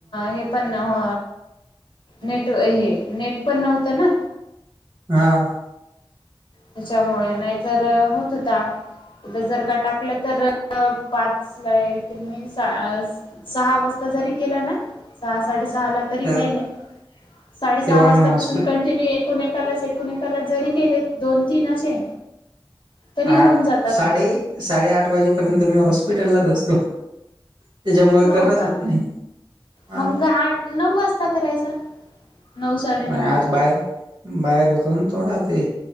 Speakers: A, on the left (about 65°); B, on the right (about 60°).
A: हे पण हो नेट हे नेट पण नव्हत ना.
B: हां
A: त्याच्यामुळे नाहीतर होत होता. उद्या जर का टाकल तर पाचला येते मी स सहा वाजता जरी केला ना सहा साडेसहाला तरी
B: तर
A: काही नाही साडेसहा
B: तेव्हा मी
A: वाजता
B: हॉस्पिटल
A: पासून कंटिन्यू एकूण एक एकालाच एकूण एकालाच जरी केले दोन तीन असे तरी
B: आठ
A: होऊन जातात
B: साडे साडेआठ वाजेपर्यंत मी हॉस्पिटललाच असतो. त्याच्यामुळे
A: हो
B: करणंच
A: का
B: होत नाही हा
A: मग आठ नऊ वाजता करायचा. नऊ साडेनऊ
B: नाही
A: ला
B: आज बाहेर बाहेर होतोना थोडा ते